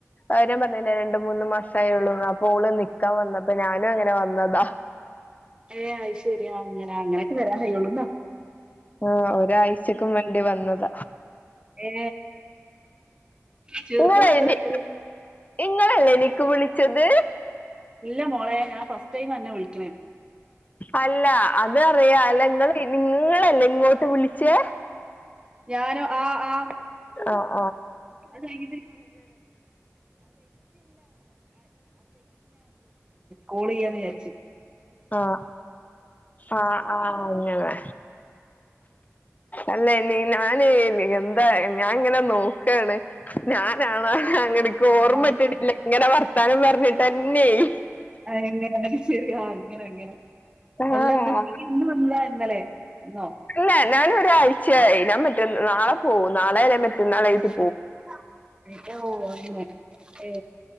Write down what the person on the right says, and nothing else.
ഏ അത് ശരി ആ അങ്ങനെ അങ്ങനെയൊക്കെ വരാൻ കഴുള്ളൂ ന്നാ
ഏ ചെറുപ്പി
<unintelligible>
ഇല്ല മോളേ ഞാൻ ഫസ്റ്റ് ടൈം അന്നെ വിളിക്ണെ
ഞാനും ആ ഹ് ആഹ്
<unintelligible> കോൾ യ്യാന്ന് വിചാര്ച്
ആ, ശരി.
അഅന്നെ ശരിയാ അങ്ങനെ അങ്ങനെ
എല്ല ന്ന് ഇയ്യ് ഇന്ന് വന്നതാ ഇന്നലെ ന്നോ
<unintelligible> ഏ